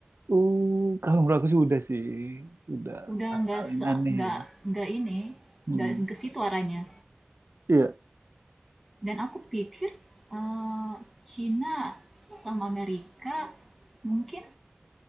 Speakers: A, on the right (about 75°); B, in the centre.
A: Uh, kalau menurut aku sih udah sih, udah
B: Udah
A: hal-hal
B: nggak
A: yang
B: se-
A: aneh.
B: nggak
A: ya.
B: nggak ini,
A: Hmm.
B: nggak ke situ arahnya.
A: Iya.
B: Dan aku pikir eh, Cina sama Amerika mungkin